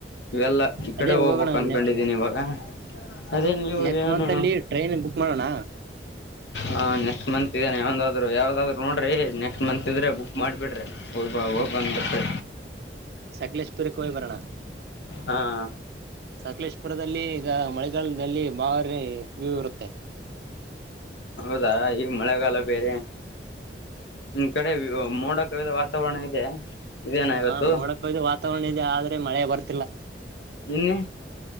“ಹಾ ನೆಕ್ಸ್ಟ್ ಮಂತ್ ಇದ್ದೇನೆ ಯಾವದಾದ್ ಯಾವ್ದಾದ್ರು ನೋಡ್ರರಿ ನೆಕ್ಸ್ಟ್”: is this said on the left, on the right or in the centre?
Left